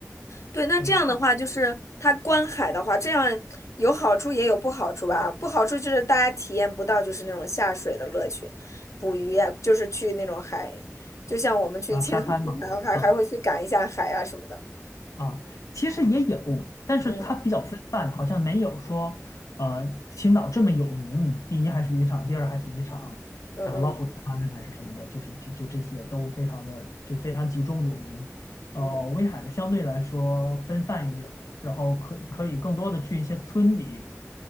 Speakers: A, on the left; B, on the left.
A: 对，那这样的话，
B: 嗯，
A: 就是它观海的话，这样有好处也有不好处吧。不好处就是大家体验不到就是那种下水的乐趣，捕鱼啊，就是去那种海，就像我们去青和海还还还会去赶一下海啊什么的。
B: 它啊沙滩嘛，啊。啊，其实也有，但是它比较分散，
A: 嗯
B: 好像没有说，呃，青岛这么有名，第一还是渔场，第二还是渔场，
A: 嗯嗯
B: 然后老虎滩还是什么的，就是就就这些都非常的就非常集中有名。呃，
A: 嗯，
B: 威海的相对来说分散一点儿，然后可可以更多的去一些村里，